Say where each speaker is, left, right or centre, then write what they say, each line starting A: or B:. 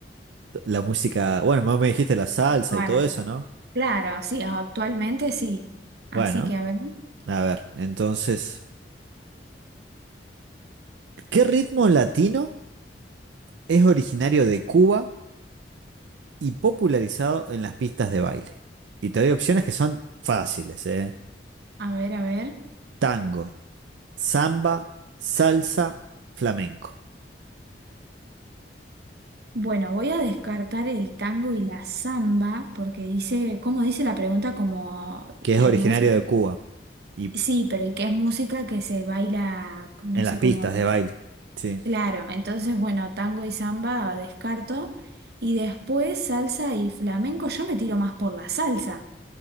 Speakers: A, on the right; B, on the right.
A: la música, bueno, vos me dijiste la salsa
B: Juana.
A: y todo eso, ¿no?
B: Claro, sí, actualmente sí. Así
A: Bueno,
B: que a ver,
A: a ver, entonces... ¿Qué ritmo latino es originario de Cuba y popularizado en las pistas de baile? Y te doy opciones que son fáciles, ¿eh?
B: a ver, a ver.
A: Tango, samba, salsa, flamenco,
B: Bueno, voy a descartar el tango y la samba porque dice, como dice la pregunta, como
A: que
B: que
A: es originario
B: música.
A: de Cuba y
B: Sí, pero y que es música que se baila, no
A: en
B: sé
A: las pistas
B: cómo. dice.
A: de baile. Sí.
B: Claro, entonces, bueno, tango y samba descarto. Y después salsa y flamenco, yo me tiro más por la salsa.